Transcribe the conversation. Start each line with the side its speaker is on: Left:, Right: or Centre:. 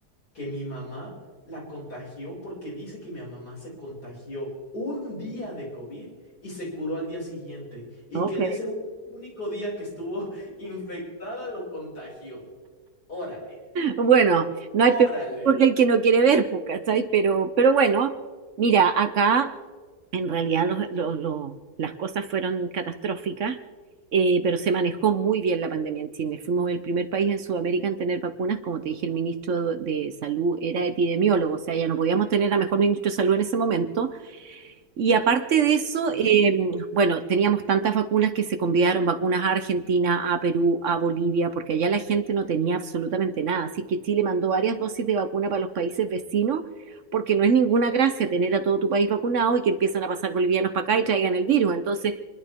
Left: que mi mamá la contagió porque dice que mi mamá se contagió un día de COVID y se curó al día siguiente y
Right: ok.
Left: que en ese u- único día que estuvo <laughs> infectada lo contagió. Órale,
Right: Bueno, no hay
Left: órale.
Right: peor que el que no quiere ver, po, ¿cachai? Pero, pero bueno, mira, acá en realidad los- los- los- las cosas fueron catastróficas, eh, pero se manejó muy bien la pandemia en Chile. Fuimos el primer país en Sudamérica en tener vacunas. Como te dije, el ministro de Salud era epidemiólogo, o sea, ya no podíamos tener a mejor ministro de Salud en ese momento, y aparte de eso,
Left: De verdad
Right: eh,
Left: que sí.
Right: bueno, teníamos tantas vacunas que se convidaron vacunas a Argentina, a Perú, a Bolivia, porque allá la gente no tenía absolutamente nada. Así que Chile mandó varias dosis de vacuna para los países vecinos, porque no es ninguna gracia tener a todo tu país vacunado y que empiezan a pasar bolivianos para acá y traigan el virus. Entonces,